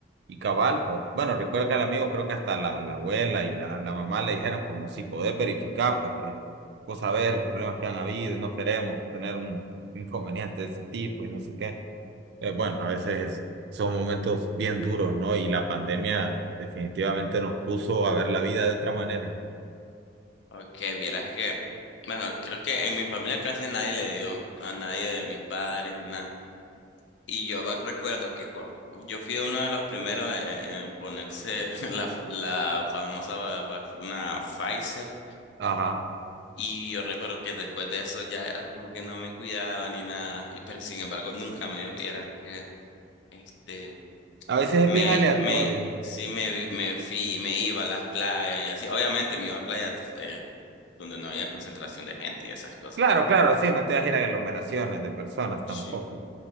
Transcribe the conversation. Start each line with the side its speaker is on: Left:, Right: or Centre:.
Right: y cabal, pues, bueno, recuerdo que al amigo creo que hasta la, la abuela y la, la mamá le dijeron como si podés verificar, porque vos sabés los problemas que han habido y no queremos tener un inconveniente de ese tipo y no sé qué. Eh, bueno, a veces son momentos bien duros, ¿no? Y la pandemia definitivamente nos puso a ver la vida de otra manera.
Left: Ok, vieras que, bueno, creo que en mi familia casi a nadie le dio, a nadie de mis padres ni nada. Y yo me recuerdo que cuan- yo fui uno de los primeros en, en ponerse <laughs> la, la famosa va- vacuna Pfizer.
Right: Ajá.
Left: Y yo recuerdo que después de eso ya era como que no me cuidaba ni nada. Y, pero sin embargo nunca me lloviera que este
Right: A veces
Left: me,
Right: es bien aleatoria.
Left: me sí me, vi- me fui, me iba a las playas y así. Obviamente me iba a playas eh, donde no había concentración de gente y esas cosas,
Right: Claro,
Left: pero
Right: claro, sí, no te vas a ir a aglomeraciones de personas tampoco.
Left: sí,